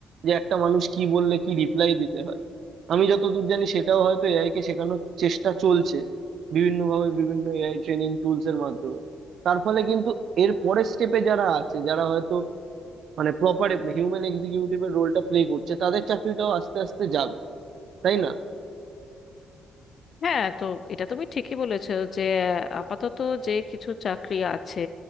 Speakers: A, on the right; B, on the left.
A: যে একটা মানুষ কি বললে কি রিপ্লাই দিতে হয় আমি যতদূর জানি সেটাও হয়তো এআই কে শেখানোর চেষ্টা চলছে বিভিন্নভাবে বিভিন্ন এআই ট্রেনিং টুলস এর মাধ্যমে তার ফলে কিন্তু এর পরের স্টেপে যারা আছে যারা হয়তো মানে প্রপার হিউম্যান এক্সিকিউটিভ এর রোলটা প্লে করছে তাদের চাকরিটাও আস্তে আস্তে যাবে তাই না
B: হ্যাঁ তো এটা তুমি ঠিকই বলেছো যে আপাতত যে কিছু চাকরি আছে